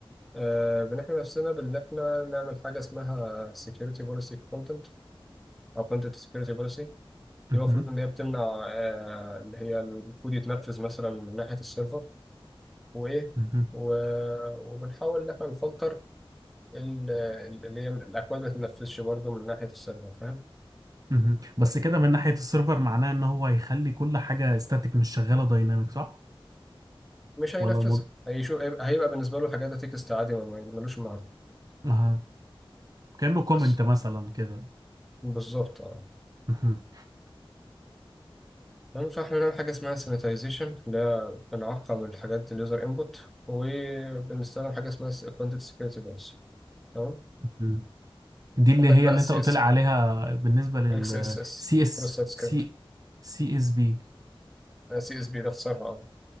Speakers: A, in the centre; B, on the right (about 40°).
A: آه، بنحمي نفسنا بان احنا نعمل حاجه اسمها security policy content او content security policy دي
B: مهم.
A: المفروض ان هي بتمنع آه، اللي هي الكود يتنفذ مثلا من ناحيه السيرفر وايه
B: مهم.
A: و- وبنحاول ان احنا نفلتر ال- اللي هي الاكواد ما تتنفذش برضه من ناحيه السيرفر فاهم
B: مهم. بس كده من ناحية السيرفر معناه ان هو هيخلي كل حاجة استاتيك مش شغالة دايناميك صح؟
A: مش هينفذها
B: ولا مض...
A: هيشوف هيبقى هيبقى بالنسبه له الحاجات ده تكست عادي ما ما- ملوش معنى
B: آه. كأنه كومنت
A: بس
B: مثلا كده
A: بالظبط اه
B: مهم.
A: تمام فاحنا بنعمل حاجة اسمها سيناتيزيشن ده بنعقم الحاجات اليوزر انبوت وبنستخدم حاجة اسمها كونتنت سكيورتي بوليسي تمام
B: مهم. دي اللي
A: عندك
B: هي
A: بقى
B: اللي
A: السي
B: انت قلت
A: اس
B: لي عليها بالنسبة لل
A: اكس اس اس
B: سي اس
A: كروس سايت سكريبت
B: سي سي اس بي
A: سي اس بي ده اختصارها اه